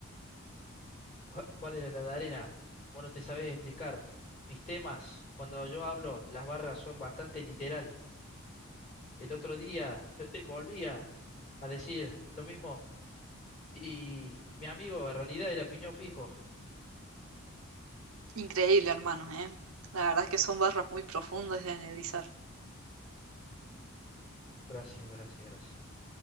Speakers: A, on the left; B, on the right.
A: ¿Cu- ¿Cuál era la de arena? Vos no te sabés explicar. Mis temas, cuando yo hablo, las barras son bastante literal. El otro día <laughs> eh, eh, volvía a decir lo mismo y mi amigo en realidad era piñón fijo.
B: Increíble, hermanos, ¿eh? La verdad es que son barras muy profundas de analizar.
A: Gracias, gracias, gracias.